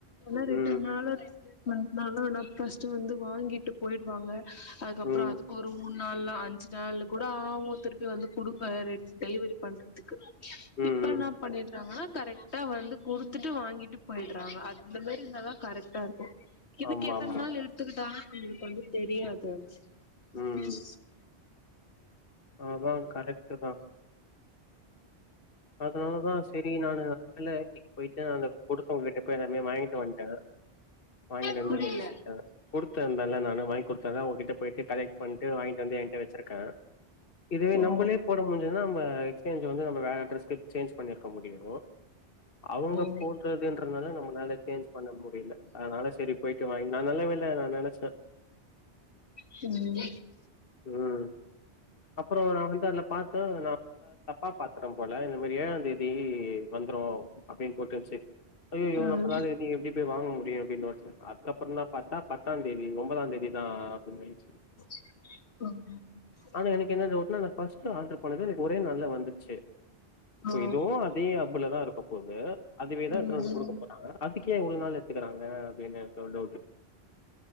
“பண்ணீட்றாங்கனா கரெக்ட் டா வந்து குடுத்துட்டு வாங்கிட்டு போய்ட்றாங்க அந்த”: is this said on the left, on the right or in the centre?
Left